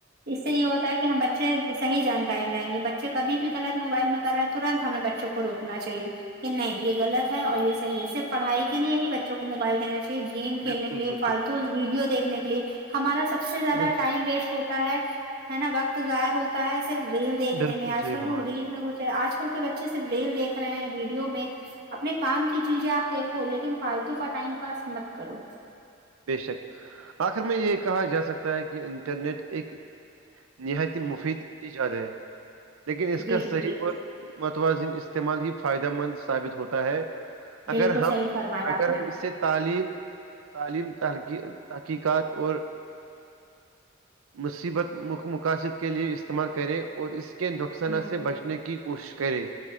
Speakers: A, on the right; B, on the right.
A: اس سے یہ ہوتا ہے کہ ہم بچے صحیح جان ائم رہیں گے بچے کھی بھی غلط موبائل میں رہ ہیں ترنت ہمیں بچوں کو روکنا چاہے کہ نہیں یہ لط ہے اور یہ صحی صرف پڑھائی کے لیے ہی بچوں کو موبائل دا چاہیے گیم کھیلنے
B: بالکل بالکل
A: کےے فالتو ویڈیو دیکھنے کے لیے ہمارا سب سے زیادہ
B: بالکل
A: ٹائم ویسٹ ہوتا ہے ہے نا وقت ظاہر ہوتا ہے صرف ریل دیکھنے
B: بالکل
A: میں آج
B: صحیح
A: کل
B: فرمایا
A: لوگ ریل میں گ آج کل کے بچے صرف ریل دیکھ رہے ہیں ویڈیو میں اپنے کام کی چیزیں آپ دیکھو لیکن فالتو کا ٹائم پاس مت کرو
B: بشک آخر میں یہ کہا جا سکتا ہے کہ انٹرنیٹ ایک نہایت ہی مفید ایجاد ہے لیکن اس
A: جی
B: کا صحیح
A: جی
B: اور متوازن استعمال ہی فائدہ مند ثابت ہوتا ہے
A: بالکل
B: اگر ہم
A: صحیح فرمایا
B: اگر
A: آپ نے
B: ہم اس سے تعلیم تعلیم تقی تحقیقات اور مصیبت م مقاصد کے لیے استعمال کرے اور اس کے نقصانات
A: ہوں
B: سے بچنے کی کوشش کرے